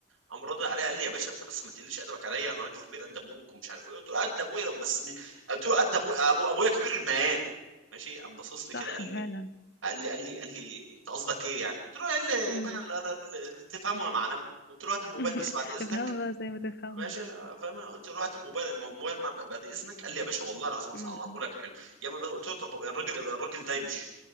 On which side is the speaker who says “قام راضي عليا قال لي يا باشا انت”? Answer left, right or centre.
Right